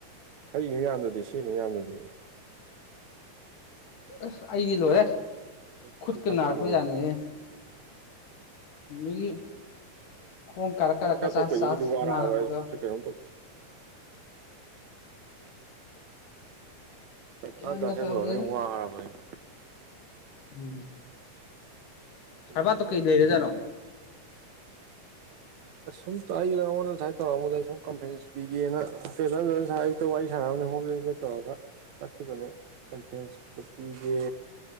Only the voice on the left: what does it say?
ꯑꯁ ꯑꯩꯗꯤ ꯂꯣꯏꯔꯦ
ꯈꯨꯨꯠꯀ
ꯅꯥꯔꯛꯄ
ꯖꯥꯠꯅꯤꯍꯦ ꯃꯤꯒꯤ ꯈꯣꯡ ꯀꯥꯔꯛ ꯀꯥꯔꯛ
ꯀ ꯆꯥꯁ
ꯆꯥꯁ
ꯅꯔꯛꯄꯒ
ꯒ꯭ꯌꯥꯟꯒ
ꯇꯥꯗ꯭ꯔꯦꯗ
ꯎꯝ
ꯁꯔꯕꯥꯠꯇꯣ
ꯀꯩ ꯂꯩꯔꯖꯥꯠꯅꯣ